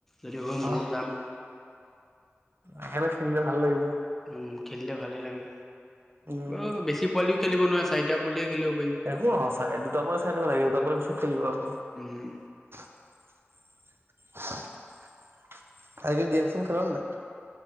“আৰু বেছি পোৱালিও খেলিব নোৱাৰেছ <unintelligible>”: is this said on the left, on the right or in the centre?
Centre